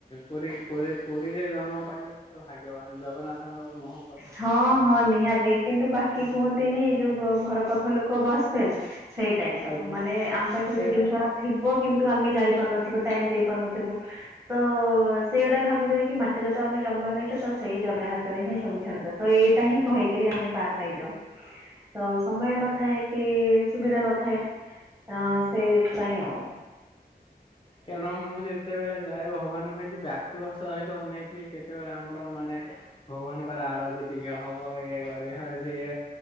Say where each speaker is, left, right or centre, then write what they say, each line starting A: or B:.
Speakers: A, on the left (about 30°); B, on the right (about 20°).
A: ପୁରୀ ପୁରୀ ପୁରୀରେ ଜନ୍ମ ପାଇଲେ କେତେ ଭାଗ୍ୟବାନ ଜଗନ୍ନାଥଙ୍କର ମହ
B: ହଁ ହଁ ନିହାତି କିନ୍ତୁ ବାକି କୁହନ୍ତିନି ଯୋଉ ଘର ପାଖ ଲୋକ ବସ ଫେଲ ସେଇ ଟାଇପ ର
A: ଆଜ୍ଞା
B: ମାନେ ଆମ ପାଖରେ
A: କେନ
B: ଯୋଉ ଜିନିଷଡା ଥିବ କିନ୍ତୁ ଆମେ ଯାଇପାରୁନଥିବୁ ଟାଇମ୍ ଦେଇପାରୁନଥିବୁ। ତ ସେଇଟା ଭାବିଥଏ କି ମାଟିରେ ତ ଆମେ ଜନ୍ମ ନେଇଛୁ ତ ସେଇ ଜଗା ହାତରେ ହିଁ ସବୁ ଛଡଦ ତ ଏଇଟା ହିଁ କହିକିରି ଆମେ ପାର ପାଇ ଯାଉ ତ ସମୟ ନଥାଏ କି ସୁବିଧା ନଥାଏ ଅ ସେଇଥ ପାଇଁ ଆଉ।
A: କାରଣ ମୁଁ ଯେତେବେଳେ ଯାଏ ଭଗବାନଙ୍କୁ ଏମିତି ବ୍ୟାକୁଳ ସହିତ ଅନେଇଥିଲି କେତେବେଳେ ଆମର ମାନେ ଭଗବାନଙ୍କର ଆରତି ଟିକେ ହବ ଇଏ କରି ସିଏ